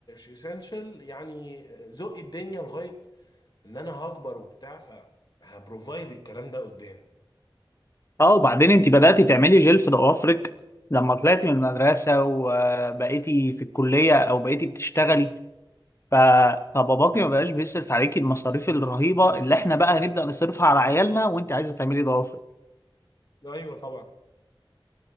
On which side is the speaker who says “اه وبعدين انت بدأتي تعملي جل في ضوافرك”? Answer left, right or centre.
Left